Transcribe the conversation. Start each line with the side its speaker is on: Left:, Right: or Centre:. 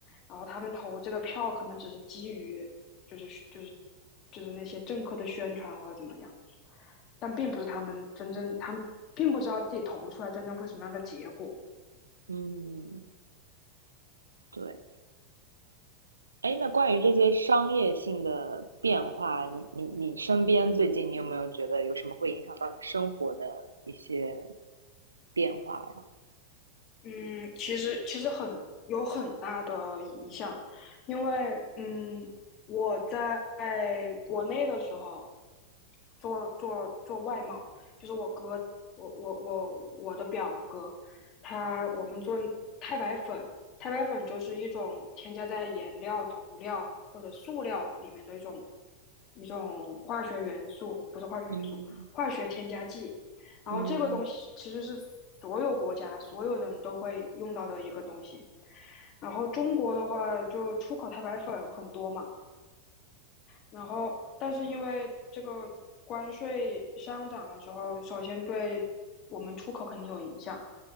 Left: 然后他们投这个票可能只是基于，就是就是就是那些政客的宣传或者怎么样，但并不是他们真正，他们并不知道自己投出来真正会什么样的结果。
Right: 嗯，对。哎，那关于这些商业性的变化，你你你身边最近你有没有觉得有什么会影响到你生活的一些变化呀？
Left: 嗯，其实其实很有很大的影响，因为嗯，我在国内的时候做做做外贸，就是我哥，我我我我的表哥，他我们做钛白粉，钛白粉就是一种添加在颜料、涂料或者塑料里面的一种一种化学元素，不是化学元素，
Right: 嗯
Left: 化学添加剂。然后这个东西其实是所有国家所有人都会用到的一个东西。
Right: 嗯
Left: 然后中国的话，就出口太白粉很多嘛，然后但是因为这个关税上涨了之后，首先对我们出口肯定有影响，